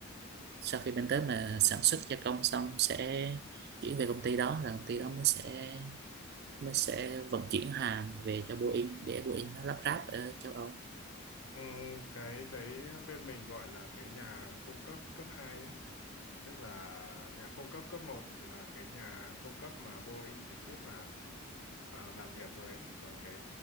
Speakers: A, on the right; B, on the left.
A: sau khi bên tớ mà sản xuất gia công xong sẽ chuyển về công ty đó rồi công ty đó mới sẽ mới sẽ vận chuyển hàng về cho Boeing để Boeing nó lắp ráp ở châu Âu
B: Ừ, cái đấy bên mình gọi là cái nhà cung cấp cấp 2 đấy tức là nhà cung cấp cấp một thì là cái nhà cung cấp mà Boeing trực tiếp làm à, làm việc với còn cái